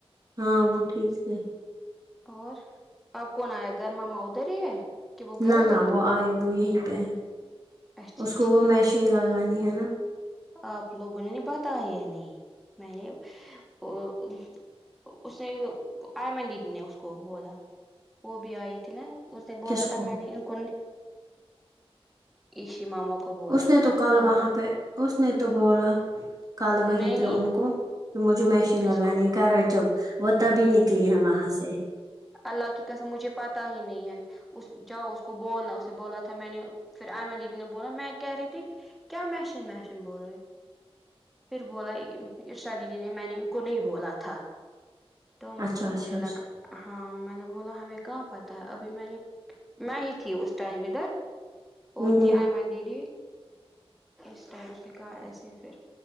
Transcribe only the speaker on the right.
ہاں وہ ٹھیک تھی
نہ
نہ وہ آئے وہ یہی پہ ہے
اس کو
وہ مشین لگانی ہے نا
کس
کو
اس نے
تو کل وہاں
پہ اس نے تو بولا کل
وہیں پہ ان کو کہ مجھے م
لگانے
کا جب وہ تبھی نکلی ہے وہاں سے
اچھا اچھا
اچھا
ہوں
ہوں